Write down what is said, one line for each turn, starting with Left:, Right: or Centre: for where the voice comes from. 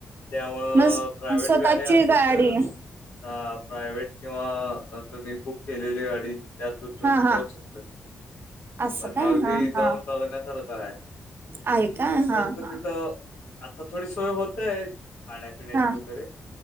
Left: त्यामुळं
Right: मग
Left: प्रायव्हेट
Right: स्वतःची
Left: गाडी असेल
Right: गाडी
Left: तरचं आ प्रायव्हेट किंवा तुम्ही बुक केलेली गाडी त्यातून तुम्ही
Right: हा
Left: जाऊ
Right: हा
Left: शकतात.
Right: असं
Left: पण
Right: काय
Left: अगदी
Right: हा हा
Left: जाऊन बघण्यासारखं आहे.
Right: आहे का? हा
Left: फक्त
Right: हा.
Left: तिथं आता थोडी सोय होतय खाण्यापिण्याची
Right: हा
Left: वगैरे.